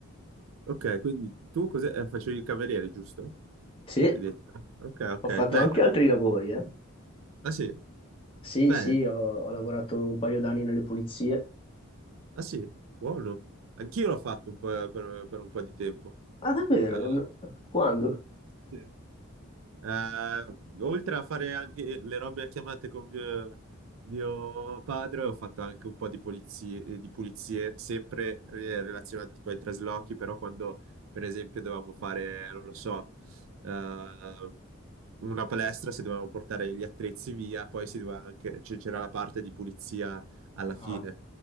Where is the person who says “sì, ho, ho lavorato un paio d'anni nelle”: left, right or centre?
Left